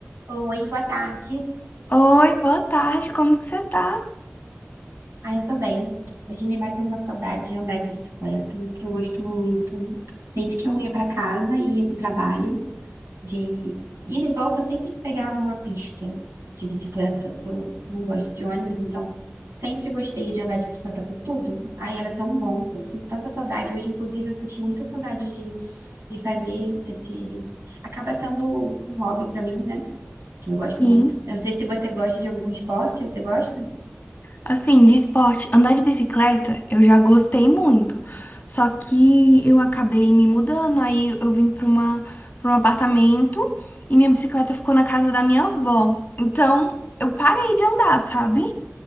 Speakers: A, on the right; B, on the left.
A: Oi, boa tarde.
B: Oi, boa tarde, como que você tá?
A: Ah, eu tô bem. Hoje me bateu uma saudade de andar de bicicleta. Eu gosto muito. Sempre que eu ia pra casa e ia pro trabalho, de ida e volta, eu sempre pegava uma pista de bicicleta. Eu não gosto de ônibus, então sempre gostei de andar de bicicleta por tudo. Ai, era tão bom. Eu sinto tanta saudade. Hoje, inclusive, eu senti muita saudade de, de fazer esse. Acaba sendo um hobby pra mim, né? Que eu gosto
B: Sim.
A: muito. Eu não sei se você gosta de algum esporte, você gosta?
B: Assim, de esporte, andar de bicicleta eu já gostei muito, só que eu acabei me mudando, aí eu vim pra uma, para um apartamento e minha bicicleta ficou na casa da minha avó. Então eu parei de andar, sabe?